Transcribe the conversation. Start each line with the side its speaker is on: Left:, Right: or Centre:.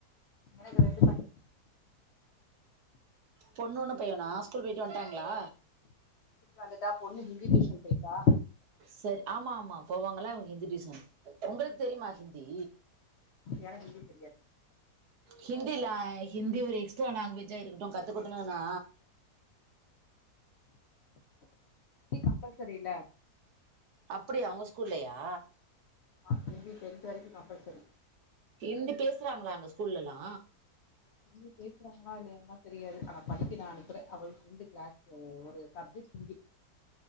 Left: எனக்கு ரெண்டு
Right: பொண்ணு ஒண்ணு பையனா ஸ்கூல் போய்ட்டு வன்ட்டாங்களா
Left: வந்துடா பொண்ணு ஹிந்தி டியூஷன் பேய்டா
Right: சர் ஆமா ஆமா போவாங்கள அவங்க ஹிந்தி டியூஷன் உங்களுக்கு தெரியுமா ஹிந்தி
Left: எனக்கு ஹிந்தி தெரியாது
Right: ஹிந்தில ஹிந்தி ஒரு எக்ஸ்ட்ரா லாங்குவேஜா இருக்கட்டு கத்துக்குட்டுணுனா
Left: அப்ப சரி ல
Right: அப்படி அவங்க ஸ்கூல்லயா
Left: அங்க ஹிந்தி டென்த் வரைக்கு கம்பல்சரி
Right: ஹிந்தி பேசுறாங்களா அங்க ஸ்கூல்லலா
Left: ஹிந்தி பேசுறாங்களா இல்லையான் தெரியாது ஆனா படிக்க நா அனுப்புற அவளுக்கு ஹிந்தி க்ளாஸ் ஒரு சப்ஜெக்ட் ஹிந்தி